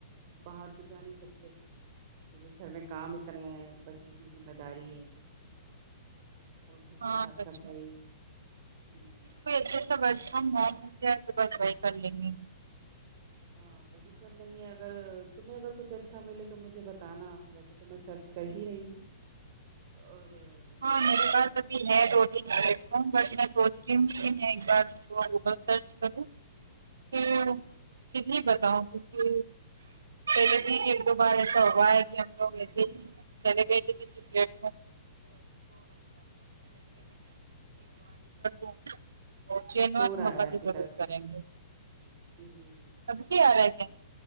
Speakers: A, on the right; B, on the right.
A: باہر تو جا نہیں سکتے کیونکہ گھر میں کام اتنا ہے بچوں کی ذمہ داری ہے اور گھر
B: ہاں
A: کی صاف
B: سچ
A: صفائی ہمم
B: وہی کچھ تو ورک فروم ہوم ملگیا تو کرلنگے
A: ہاں وہی کر لیں گے اگر تمہیں اگر کچھ اچھا ملے تو مجھے بتانا ویسے تو میں سرچ کر ہی رہی ہوں اور
B: ہاں میرے
A: بتانا
B: پاس ابھی
A: مجھے
B: ہے دو بٹ میں سوچ رہ ہ کہ میں ایک بار جو گوگل سرچ کروں
A: ہ
B: ہم
A: ہ
B: یہی بتاؤ کیونکہ پلے بھی ایک دو بار ایسا ہوا ہے کہ ہم لوگ ایسے ہی چلے گئے تھے کہ سکریٹ <inaudible> چین
A: شور
B: وان محبت
A: آ رہا ہے آپ کی
B: ضرور
A: طرف سے
B: کریں گے
A: جی جی
B: سب بھی آ رہے تھ